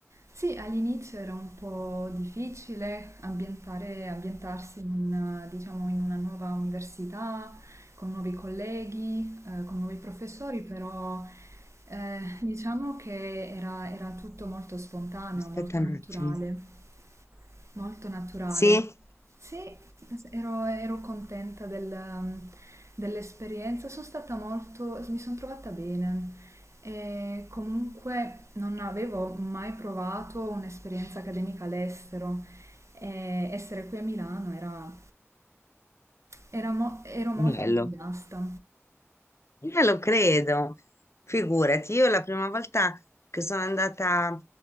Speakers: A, on the right (about 70°); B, on the left (about 60°).
A: Sì, all'inizio era un po' difficile ambientare- ambientarsi in una, diciamo, in una nuova università, con nuovi colleghi, eh, con nuovi professori, però eh, diciamo che era, era tutto molto spontaneo,
B: Aspetta
A: molto
B: un
A: naturale.
B: attimo.
A: Molto naturale.
B: Sì?
A: Sì, es- ero, ero contenta del, um, dell'esperienza, sono stata molto, mi sono trovata bene e comunque non avevo mai provato un'esperienza accademica all'estero e essere qui a Milano era, era mo- ero molto
B: Bello.
A: entusiasta.
B: Eh, lo credo, figurati, io la prima volta che sono andata